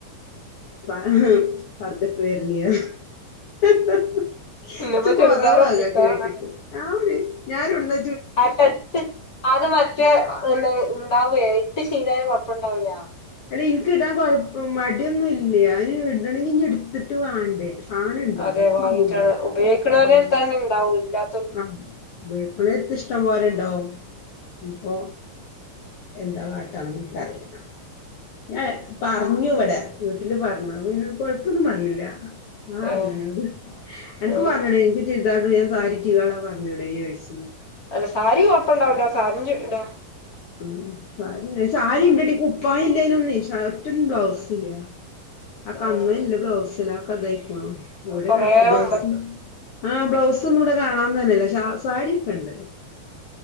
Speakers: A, on the left; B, on the left.
A: <unintelligible> ഹ് ഹ്
B: ഇന്ന്പ്പോ
A: ച്ചി
B: ചുരിദാർ
A: കുറവാ
B: ഒപ്പിക്കാനുള്ളണ്ട്
A: അതൊക്കെ കേട്ടിട്ട് ആടി ഞാനിവിടുന്ന്
B: <unintelligible> അത് മറ്റേ <unintelligible> വേവീട്ടു ശീലം ഉണ്ടായ കുഴപ്പമില്ല
A: ഇല്ല എനിക്ക്ഇ ടാ ൻ കുഴപ്പമായിട്ട് ഇതൊന്നുമില്ല ഇടാണെങ്കിൽ ഇനി എടുത്തിട്ട് വേണ്ടേ സാധനം ഉണ്ടോ
B: അതെ
A: എനിക്കില്ലല്ലോ
B: വാങ്ങിട്ടാണ് ഉപയോഗിക്കണവരു <unintelligible>
A: ഉം. ആ <unintelligible> ഇഷ്ടം പോല <unintelligible> ഇപ്പൊ എന്താ കാട്ടാന്ന് ഇന്ക്കറീല്ല ഞാൻ പറഞ്ഞു ഇവിടെ വീട്ടില് പറഞ്ഞു അപ്പൊ പിന്നെ കൊഴപ്പൊന്നും പറഞ്ഞീല്ല ആ <unintelligible>
B: ഏഹ്
A: അനക്ക്
B: ഏഹ്
A: വാണോടി അനക്ക് ചെ <unintelligible> <unintelligible> പറഞ്ഞൂടേയ്ന്നോയ്ച്ച്
B: അല്ല സാരി കൊഴപ്പം ഇണ്ടാവൂല്ല സാരി <unintelligible>
A: ഉം സാരി സാരി ഇണ്ടെടി കു പ്പായില്ലേയ്ന്നുന്നെ ഷർട്ടും ബ്ലൗസുല്ല <unintelligible>
B: ആഹ്
A: ബ്ലൗസില കതൈക്കോളും എവിടെ
B: കൊറേ
A: കണക്ക് ബ്ലൗസ്
B: മുമ്പത്തെ
A: ആ ബ്ലൗസ് ഒന്നും ഇവിടെ കാണാൻ തന്നല്ല സാ സാരിയൊക്കെ ഇണ്ട്